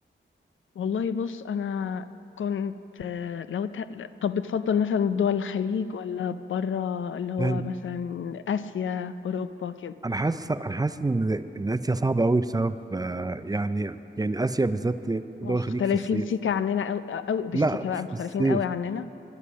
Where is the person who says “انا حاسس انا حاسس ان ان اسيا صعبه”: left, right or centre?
Right